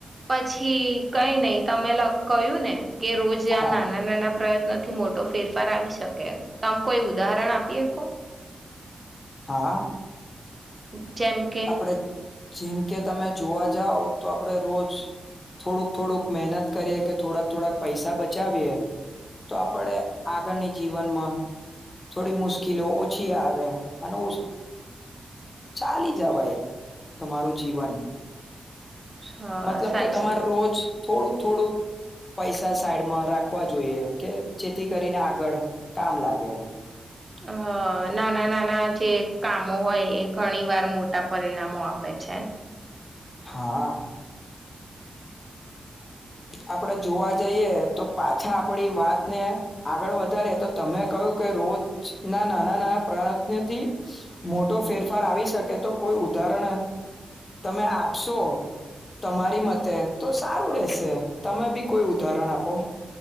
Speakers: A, on the right; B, on the left.
A: પછી કઈ નહી તમે કહું ને. કે રોજ
B: હા
A: આ નાના નાના પ્ર નથી મોટો ફેરફાર આવી શકે તમ કોઈ ઉદાહરણ આપીએ કો
B: હા.
A: હ. જેમ કે
B: આપણે જેમ કે તમે જોવા જાવ તો આપડે રોજ થોડુંક થોડુંક મહેનત કરીએ કે થોડાક થોડાક પૈસા બચાવીએ તો આપડ આગળની જીવનમાં થોડી મુશ્કેલો ઓછી આવે અને ચાલી. જવાય તમારું જીવન
A: હા
B: મતલબ
A: સાચી
B: કે તમારે
A: વાત
B: રોજ થોડુંક થોડુંક પૈસા સાઈડમાં રાખવા જોઈએ કે જેથી કરીને આગળ કામ લાગે
A: હ નાના નાના જે કામો હોય એ ઘણી વાર મોટા પરિણામો આપે છે
B: હા આપડે જોવા જઈએ તો પાછા આપડી વાતને આગળ વધારી તો તમે કહું કે રોજ ના નાના નાના પ્રાને થી મોટો ફેરફાર આવી શકે તો કોઈ ઉદાહરણ તમે આપશો તમારી મતે. તો સારું રશે તમે બી કોઈ ઉદાહરણ આપો